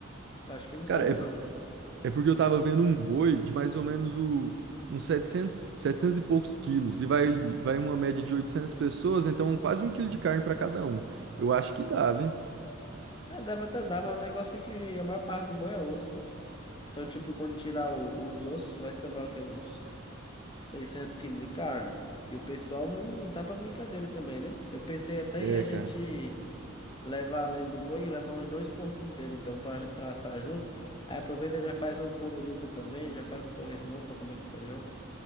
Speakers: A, on the left; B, on the right.
A: Acho que não sobra,
B: Cara, é,
A: não.
B: É porque eu tava vendo um boi de mais ou menos o, uns 700 700 e poucos quilos. E vai, vai uma média de 800 pessoas, então quase um quilo de carne pra cada um. Eu acho que dava, hein?
A: É, deve até dar, mas o negócio é que a maior parte do boi é osso, né? Então, tipo, quando tirar o- os ossos, vai sobrar o quê? Uns 600 quilos de carne. E o pessoal não, não tá pra brincadeira também, né? Eu pensei até
B: É,
A: em a gente
B: cara.
A: levar além do boi e levar uns dois porcos inteiros, então, pra, pra assar junto. Aí aproveita e já faz uma pururuca também, já faz um torresmão pra comer com feijão. O